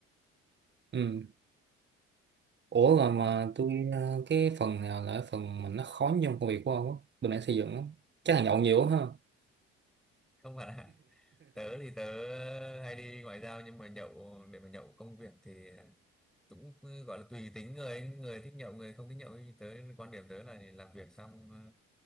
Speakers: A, on the right (about 40°); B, in the centre.
A: ừ ủa rồi
B: thì nó
A: mà tôi ờ, cái phần nào là phần mà nó khó nhất trong công việc của ông á bên mảng xây dựng lắm chắc là nhậu nhiều quá ha
B: không phải là <laughs> tớ thì tớ hay đi ngoại giao nhưng mà nhậu để mà nhậu công việc thì cũng ừ, gọi là tùy tính người ấy. người thích nhậu người không thích nhậu thì tớ quan điểm tớ là làm việc xong ờ,